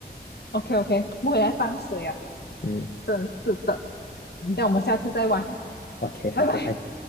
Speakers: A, on the left; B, on the left.
A: ，OK OK，不回来放水啊，
B: 嗯
A: 真是的。
B: 嗯，
A: 那我们下次再玩。
B: ，OK，
A: 拜拜。
B: 好，拜拜。